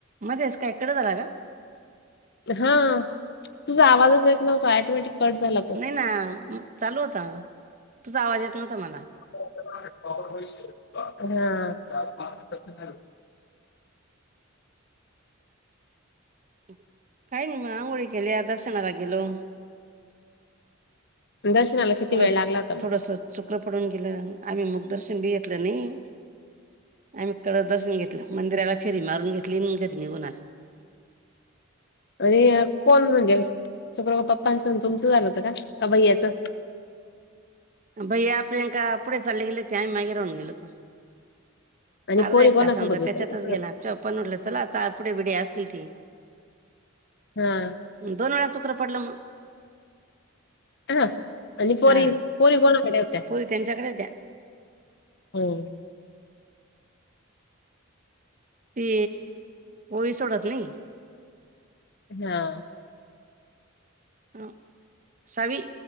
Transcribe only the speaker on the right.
मध्येच काय कट झाला काय.
नाय ना म चालू होता तुझा आवाज येत नव्हता मला.
काय नाही मग आंघोळी केल्या दर्शनाला गेलो.
थोडस,
थोडस सुक्र पडून गेलं आम्ही मग दर्शन बी घेतलं नाहीं. आम्ही कळस दर्शन घेतलं मंदिराला फेरी मारून घेतली मग घरी निघून आलो.
भैय्या प्रियंका पुढ चालले गेले होते आम्ही मागे राऊून गेलो हो तो.
अर्धा
एक
तास आमचा
त्येच्यातच गेलाय तूझ्या पप्पाना म्हणलं चला आता पुढे बिडे असतील ते.
दोन वेळा सुक्र पडलं मग.
हा
पोरी त्यांच्याकडे होत्या.
ती, ओवी सोडत नाही.
ह, सावी.